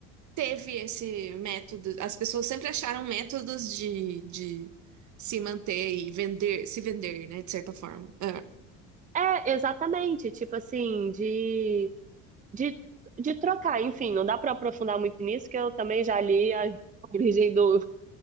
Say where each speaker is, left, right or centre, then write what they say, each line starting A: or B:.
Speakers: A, on the right; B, on the right.
A: teve esse método. As pessoas sempre acharam métodos de, de se manter e vender, se vender, né? De certa forma. Ah.
B: É, exatamente, tipo assim, de, de, de trocar, enfim, não dá para aprofundar muito nisso, que eu também já li a <laughs> origem do,